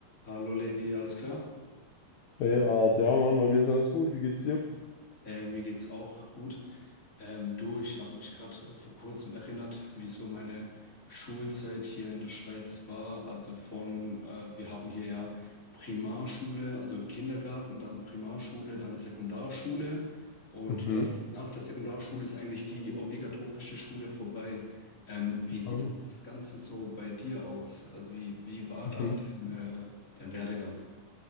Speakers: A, on the left (about 25°); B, on the left (about 70°).
A: Hallo Levi, alles klar?
B: Ey, Art, ja, Mann, bei mir ist alles gut. Wie geht's dir?
A: Äh, mir geht's auch gut. Ähm, du, ich habe mich gerade äh, vor kurzem erinnert, wie so meine Schulzeit hier in der Schweiz war. Also von, äh, wir haben hier ja Primarschule, also Kindergarten, dann Primarschule, dann Sekundarschule. Und
B: Mhm.
A: das nach der Sekundarschule ist eigentlich die obligatorische Schule vorbei. Ähm, wie sieht
B: Mhm.
A: das Ganze so bei dir aus? Also wie, wie war
B: Mhm.
A: da dein, äh, dein Werdegang?